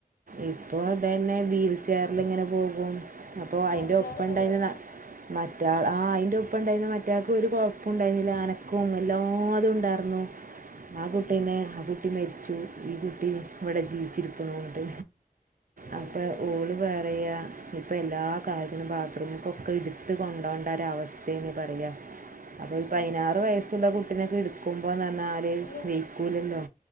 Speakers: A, on the right; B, on the left.
A: ഇപ്പൊതന്നെ വീൽചെയറിങ്ങനെ പോകും അപ്പൊ അയിന്റെ
B: മറ്റാള്
A: ഒപ്പണ്ടായിന്ന
B: പോയോ
A: ന മറ്റാള് ആഹ് അയ്ൻ്റെപ്പണ്ടായിന്ന മറ്റാൾക്ക് ഒരു കൊഴപ്പം ഉണ്ടായിരുന്നില്ല അനക്കും എല്ലാതുണ്ടായിരുന്നു
B: ഉം
A: ആ കുട്ടീനെ ആ കുട്ടി മരിച്ചു ഈ കുട്ടി ഇവിടെ ജീവിച്ചിരിക്ക്ണൂണ്ട്
B: അയ്യോ
A: അപ്പം ഓള് പറയാ ഇപ്പം എല്ലാ കാര്യങ്ങളും ബാത്റൂമ്ക്കൊക്കെ ഇട്ത്ത് കൊണ്ടോണ്ട ഒരവസ്ഥേണ് പറയാ അപ്പം
B: ഉം
A: ഈ പതിനാറ് വയസ്സുള്ള കുട്ടിനൊക്കെ ഇട്ക്കുമ്പന്നർഞ്ഞാല്
B: അല്ല
A: വെയ്ക്കൂലല്ലോ